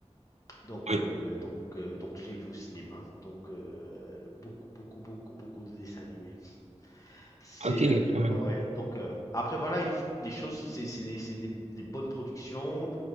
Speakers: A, on the left; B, on the right.
A: Donc,
B: oui.
A: euh, donc, euh, donc, je l'ai vu au cinéma. Donc, euh, beaucoup, beaucoup, beaucoup, beaucoup de dessins animés. C'est
B: Ok,
A: euh,
B: pas mal.
A: ouais ouais donc euh, après voilà il f- les choses c'est c'est des, c'est des- des bonnes productions